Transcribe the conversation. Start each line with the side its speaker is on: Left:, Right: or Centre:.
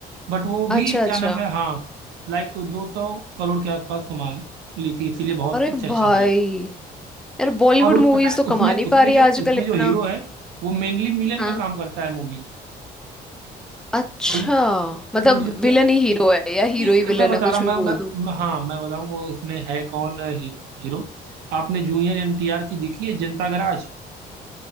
Right: बट वो भी
Centre: अच्छा अच्छा
Right: क्या नाम है हाँ लाइक दो सौ करोड़ के आसपास कमा ली थी इसीलिए बहुत
Centre: अरे
Right: चर्चा
Centre: भाई
Right: में आई
Centre: यार बॉलीवुड
Right: और वो
Centre: मूवीज
Right: पता है
Centre: तो
Right: उसमें
Centre: कमा नहीं
Right: उसमें
Centre: पा रही
Right: जो
Centre: है आजकल
Right: उसमें
Centre: इतना
Right: जो हीरो है वो मेनली विलन
Centre: हाँ
Right: का काम करता है मूवीज में
Centre: अच्छा
Right: अल्लू
Centre: मतलब
Right: अल्लू अर्जुन
Centre: विलन
Right: के
Centre: ही हीरो है या हीरो
Right: एक सेकंड
Centre: ही विलन
Right: में बता
Centre: है कुछ
Right: रहा हूँ
Centre: भी
Right: मैं,
Centre: बोल
Right: मैं
Centre: दो
Right: मैं- हाँ मैं बताऊँ वो उसमें है कौन हीरो हीरो आपने जूनियर एनटीआर की देखी है जनता गराज